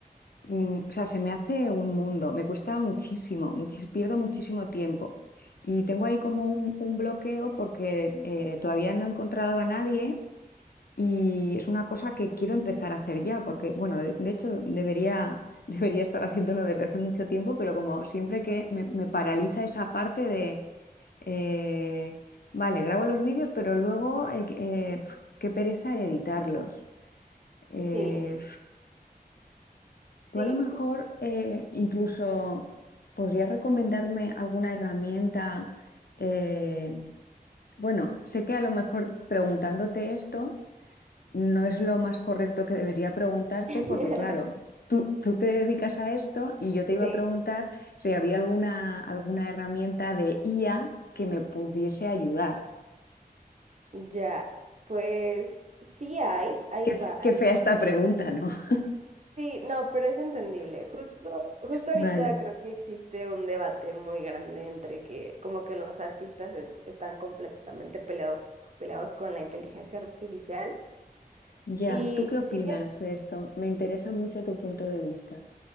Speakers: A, on the left; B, on the right.
A: mm, o sea, se me hace un mundo, me cuesta muchísimo, muchis- pierdo muchísimo tiempo. Y tengo ahí como un, un bloqueo porque eh, todavía no he encontrado a nadie y es una cosa que quiero empezar a hacer ya, porque, bueno, de, de hecho debería, <laughs> debería estar haciéndolo desde hace mucho tiempo, pero como siempre que me, me paraliza esa parte de, eh, vale, grabo los vídeos, pero luego, eh, que- eh, pf, qué pereza el editarlos. Eh,
B: sí, sí.
A: Tú a lo mejor
B: ju-
A: eh, incluso podrías recomendarme alguna herramienta. eh, bueno, sé que a lo mejor preguntándote esto no es lo más correcto que debería preguntarte
B: <laughs>
A: porque claro, tú, tú te dedicas a esto y yo te iba
B: Sí,
A: a preguntar si había alguna, alguna herramienta de IA que me pudiese ayudar.
B: ya, pues sí hay, hay
A: Qué,
B: varios.
A: fe- qué fea esta pregunta, ¿no? <laughs>
B: Sí, no, pero es entendible. Justo, justo ahorita
A: Vale.
B: creo que existe un debate muy grande entre que como que los artistas es- están completamente peleado- peleados con la inteligencia artificial.
A: Ya,
B: Y
A: ¿tú qué opinas
B: si bien
A: de esto? Me interesa mucho tu punto de vista.